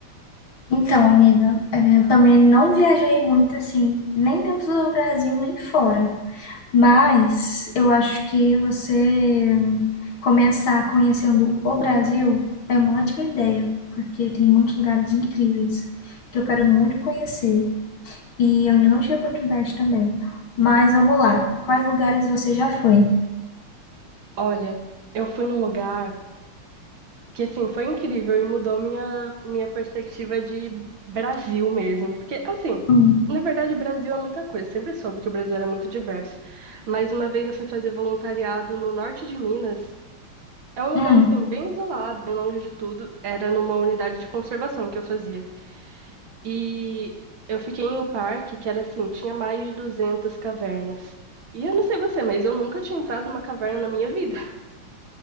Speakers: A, on the left; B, on the right.
A: Então, amiga, eh, eu também não viajei muito assim, nem dentro do Brasil, nem fora. Mas eu acho que você hum, começar conhecendo o Brasil é uma ótima ideia, porque tem muitos lugares incríveis que eu quero muito conhecer e eu ainda não tive oportunidade também. Mas vamos lá, quais lugares você já foi?
B: Olha, eu fui num lugar que, assim, foi incrível e mudou minha, minha perspectiva de Brasil mesmo. Porque, assim,
A: Hum.
B: na verdade, Brasil é muita coisa. Sempre soube que o Brasil era muito diverso. Mas uma vez eu fui fazer voluntariado no norte de Minas. É um lugar,
A: Hum.
B: assim, bem isolado, bem longe de tudo. Era numa unidade de conservação que eu fazia. E eu fiquei em um parque que era assim, tinha mais de 200 cavernas. E eu não sei você, mas eu nunca tinha entrado numa caverna na minha vida.